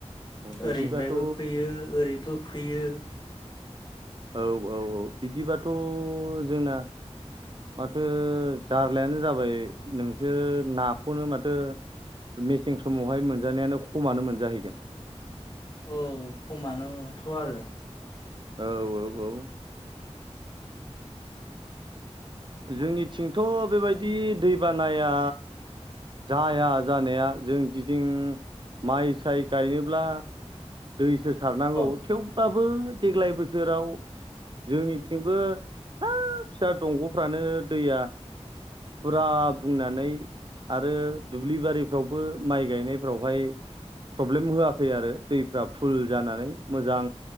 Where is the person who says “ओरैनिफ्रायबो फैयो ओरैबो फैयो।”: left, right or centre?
Left